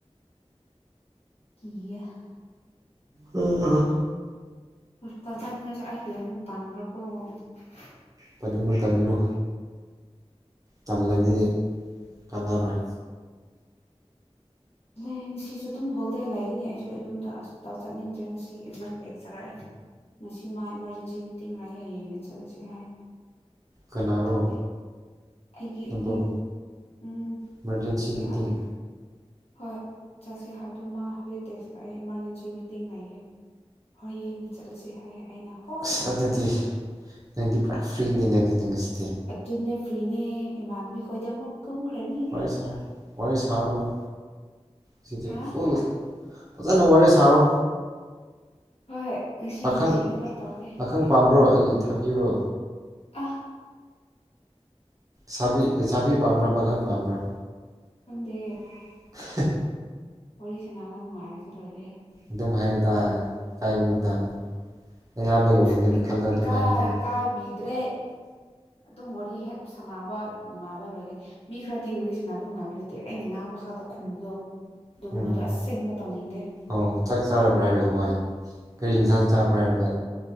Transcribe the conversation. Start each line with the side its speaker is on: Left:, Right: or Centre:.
Left: <unintelligible>
Right: ꯎꯝ
Left: <unintelligible>
Right: ꯇꯟꯒꯅꯨ ꯇꯟꯒꯅꯨ ꯇꯜꯂꯗꯤ ꯀꯥꯟꯅꯔꯣꯏ
Left: ꯂꯩ ꯉꯁꯤꯁꯨ ꯑꯗꯨꯝ ꯍꯣꯜꯗꯦ ꯂꯩꯒꯅꯤ ꯑꯩꯁꯨ ꯌꯨꯝꯗ ꯍꯁꯄꯤꯇꯥꯜ ꯆꯠꯅꯤꯡꯗ꯭ꯔꯦ ꯉꯁꯤ ꯏꯕꯨꯡ ꯄꯦꯛ ꯆꯥꯔꯛꯑꯦ ꯉ ꯃꯥ ꯏꯃꯥꯔꯖꯦꯟꯁꯤ ꯃꯤꯇꯤꯡ ꯂꯥꯛꯑ ꯍꯌꯦꯡꯅꯦ ꯆꯠꯂꯁꯦ ꯍꯥꯏꯅ
Right: ꯀꯅꯥꯔꯣ
Left: ꯑꯗꯨꯒꯤ ꯑꯩꯒꯤ ꯏꯕꯨꯡ
Right: ꯑꯗꯨꯝ
Left: ꯎꯝ
Right: ꯏꯃꯥꯔꯖꯦꯟꯁꯤ
Left: ꯁꯤ
Right: ꯃꯤꯇꯤꯡ
Left: ꯍꯣꯏ ꯆꯠꯁꯤ ꯍꯥꯏꯕꯗꯣ ꯃꯥ ꯍꯧꯖꯤꯛ ꯇꯦꯛꯁ ꯀꯛꯑꯦ ꯏꯃꯥꯔꯖꯦꯟꯁꯤ ꯃꯤꯇꯤꯡ ꯂꯩꯒꯦ ꯍꯣꯏ ꯌꯦꯡꯅ ꯆꯠꯂꯨꯁꯤ ꯍꯥꯏꯌꯦ ꯑꯩꯅ ꯍꯣꯏ
Right: ꯑꯁ
Left: ꯍꯥꯏꯈ꯭ꯔꯦ
Right: ꯑꯗꯨꯗꯤ ꯅꯪꯗꯤ ꯄꯨꯔꯥ ꯐ꯭ꯔꯤꯅꯦꯅꯦ ꯑꯗꯨꯗꯤ ꯉꯁꯤꯗꯤ
Left: ꯑꯗꯨꯅꯦ ꯐ꯭ꯔꯤꯅꯦ ꯏꯃꯥꯟꯕꯤ ꯈꯣꯏꯗ ꯑꯃꯨꯛ ꯀꯨꯝꯈ꯭ꯔꯅꯤ
Right: ꯍꯣꯏ ꯁꯥꯔ ꯋꯥꯔꯤ ꯁꯥꯎꯔꯅꯨ ꯁꯤꯖꯦ
Left: ꯍꯥ
Right: ꯐꯨꯜ ꯐꯖꯟꯅ ꯋꯥꯔꯤ ꯁꯥꯔꯣ
Left: ꯍꯣꯏ ꯉꯁꯤ
Right: ꯄꯥꯈꯪ
Left: ꯂꯣꯏꯁꯤꯟꯅꯕ ꯇꯧꯒꯦ
Right: ꯄꯥꯈꯪ ꯄꯥꯝꯕ꯭ꯔꯣ ꯑꯩ ꯊꯥꯕꯤꯔꯣ
Left: ꯑꯥ
Right: ꯁꯥꯕꯤ ꯂꯩꯁꯥꯕꯤ ꯄꯥꯝꯕ꯭ꯔꯥ ꯄꯥꯈꯪ ꯄꯥꯝꯕ꯭ꯔꯥ
Left: ꯈꯪꯗꯦ
Right: <unintelligible>
Left: ꯋꯥꯔꯤ ꯁꯥꯟꯅꯕ ꯅꯨꯡꯉꯥꯏꯔꯗꯤ ꯂꯣꯏꯔꯦ
Right: ꯑꯗꯨ ꯑꯗꯨꯝ ꯍꯥꯏꯗ ꯀꯥꯏꯒꯅꯨꯗ ꯑꯌꯥꯝꯕꯒꯨꯝꯕꯅꯦꯅ
Left: ꯎꯝ ꯁꯨ ꯏꯀꯥꯏ
Right: ꯈꯜꯂ ꯑꯗꯨꯝ ꯍꯥꯏꯌꯨꯗ
Left: ꯏ ꯀꯥꯏ ꯗ꯭ꯔꯦ ꯑꯗꯨꯝ ꯋꯥꯔꯤ ꯍꯦꯛ ꯁꯥꯟꯅꯕ ꯅꯨꯡꯉꯥꯏꯕ ꯂꯣꯏꯔꯦ ꯃꯤ ꯈꯔꯗꯤ ꯔꯨꯔꯤ ꯁꯥꯟꯅꯕ ꯅꯨꯡꯉꯥꯏꯕ ꯂꯩꯇꯦ ꯑꯩꯅ ꯉꯥꯡꯕ ꯈꯛꯇ ꯈꯨꯝꯕꯗꯣ ꯑꯗꯨꯒꯃ
Right: ꯎꯝ
Left: ꯑꯗꯨ ꯑꯁꯦꯡꯕ ꯇꯧꯅꯤꯦ
Right: ꯑꯣ ꯆꯥꯛ ꯆꯥꯔꯕ꯭ꯔꯥ ꯍꯥꯏꯔꯒ ꯍꯣꯏ ꯀꯔꯤ ꯏꯟꯁꯥꯡ ꯆꯥꯕ꯭ꯔꯥ ꯍꯥꯏꯔꯒ